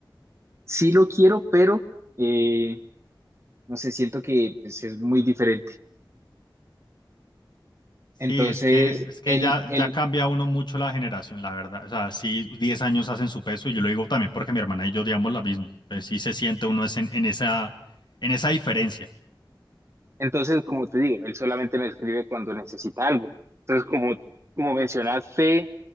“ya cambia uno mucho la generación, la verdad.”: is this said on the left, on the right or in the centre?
Left